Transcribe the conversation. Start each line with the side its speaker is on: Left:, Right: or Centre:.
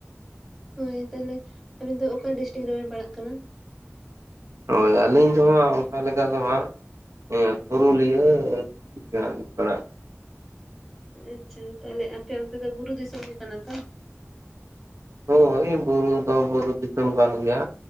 Centre: ᱦᱳᱭ ᱛᱟᱦᱞᱮ ᱟᱵᱤᱱ ᱫᱚ ᱚᱠᱟ ᱰᱤᱥᱴᱤᱠ ᱨᱮᱵᱮᱱ ᱯᱟᱲᱟᱜ ᱠᱟᱱᱟ
Right: ᱦᱳᱭ ᱟᱹᱞᱤᱧ ᱫᱚ ᱦᱟᱸᱜ ᱚᱝᱠᱟ ᱞᱮᱠᱟ ᱫᱚ ᱦᱟᱸᱜ ᱚᱱᱟ ᱯᱩᱨᱩᱞᱤᱭᱟᱹ ᱜᱮ ᱦᱟᱸᱜ ᱞᱤᱧ ᱯᱟᱲᱟᱜ-ᱟ
Centre: ᱟᱪᱪᱷᱟ, ᱛᱟᱦᱞᱮ ᱟᱯᱮ ᱚᱱᱛᱮ ᱫᱚ ᱵᱩᱨᱩ ᱫᱤᱥᱚᱢ ᱜᱮ ᱠᱟᱱᱟ ᱛᱚ?
Right: ᱦᱳᱭ ᱵᱩᱨᱩ ᱫᱚ ᱵᱩᱨᱩ ᱫᱤᱥᱚᱢ ᱠᱟᱱ ᱜᱮᱭᱟ